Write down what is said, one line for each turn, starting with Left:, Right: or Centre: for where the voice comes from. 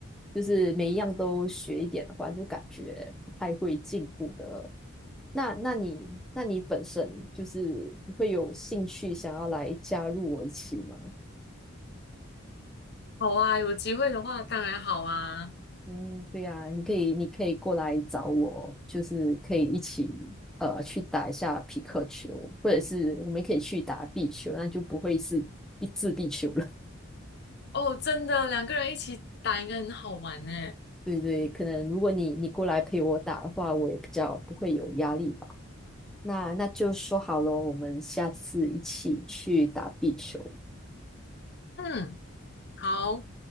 Centre: 就是每一样都学一点的话，就感觉不太会进步的。那那你那你本身就是会有兴趣想要来加入我一起吗？
Left: 好啊，有机会的话当然好啊。
Centre: 嗯，对呀、你可以，你可以过来找我，就是可以一起呃去打一下匹克球，或者是我们可以去打壁球，那就不会是壁自壁球了。
Left: 哦，真的，两个人一起打应该很好玩呢。
Centre: <laughs> 对对，可能如果你你过来陪我打的话，我也比较不会有压力吧。那那就说好了，我们下次一起去打壁球。
Left: 嗯，好。